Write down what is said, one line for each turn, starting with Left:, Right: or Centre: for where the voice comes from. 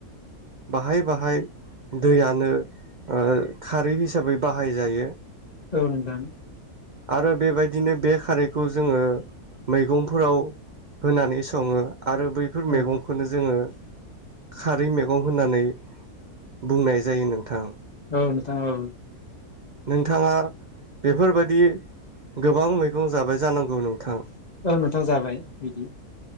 Right: बाहाय बाहाय दैयानो ओ खारै हिसाबै बाहायजायो
Left: औ नोंथां
Right: आरो बेबायदिनो बे खारैखौ जोङो मैगंफोराव होनानै सङो आरो बैफोर
Left: औ
Right: मैगंखौनो
Left: नोंथां
Right: जोङो खारिमेल होननानै बुंनाय जायो नोंथां
Left: औ नोंथां औ
Right: नोंथाङा बेफोरबायदि गोबां मैगं जाबाय जानांगौ नोंथां
Left: औ नोंथां जाबाय बिदि